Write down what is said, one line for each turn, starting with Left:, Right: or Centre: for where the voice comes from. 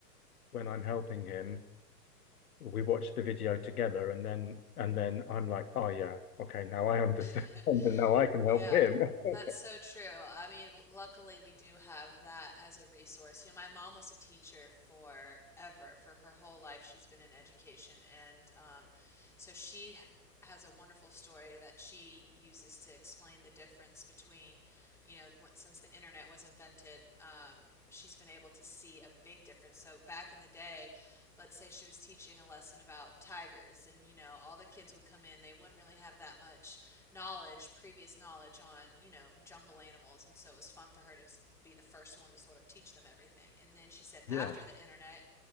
Left: when I'm helping him, we watch the video together, and then and then I'm like, oh yeah, okay, now I understand,
Centre: <laughs>
Left: <laughs> and now I can help
Centre: Yeah,
Left: him.
Centre: that's
Left: <laughs>
Centre: so true. I mean, luckily we do have that as a resource. You know, my mom was a teacher forever. For her whole life, she's been in education. And um, so she h- has a wonderful story that she uses to explain the difference between you know, since the internet was invented, um, she's been able to see a big difference. So back in the day, let's say she was teaching a lesson about tigers, and you know, all the kids would come in, they wouldn't really have that much knowledge, previous knowledge on, you know, jungle animals, and so it was fun for her to be the first one to sort of teach them everything. And then she said after
Left: Yeah.
Centre: the internet,